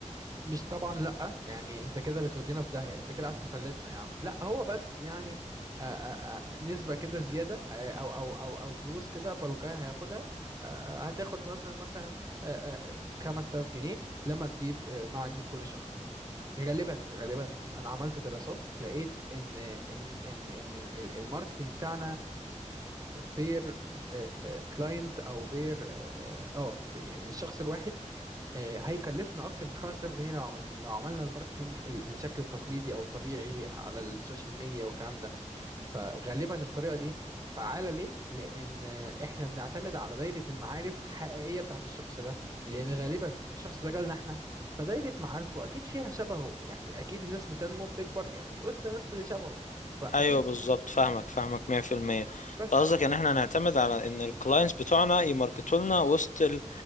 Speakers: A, on the right; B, on the left.
A: مش طبعا لا يعني انت كده بتودينا في داهية انت كده عايز تفلسنا يا عم لا هو بس يعني آآ آآ نسبة كده زيادة آه، او او او او فلوس كده بلقاها هياخدها آه، هتاخد مثلا مثلا آه، آه، 5000 جنيه لما تجيب آه، مع تجيب كل شخص مثلا غالبا غالبا انا عملت دراسات لقيت ان ان ان ان ال- ال- الماركتينج بتاعنا بير كلاينت او بير اه آه، يعني الشخص الواحد آه، هيكلفنا اكتر من 5000 جنيه لو عملنا لو عملنا الماركتينج ال- الشكل التقليدي او الطبيعي على السوشيال ميديا والكلام ده فغالبا الطريقه دي فعاله ليه لان آه، احنا بنعتمد على دايره المعارف حقيقيه بتاعت الشخص ده لان غالبا الشخص ده جالنا احنا فدايره معارفه اكيد فيها شبهه يعني اكيد الناس بتنمو بتكبر يعني وسط الناس اللي شبهه فاكيد
B: ايوه بالظبط فاهمك فاهمك 100%
A: بس
B: انت قصدك ان احنا نعتمد على ان الكلاينتس بتوعنا يماركتوا لنا وسط ال...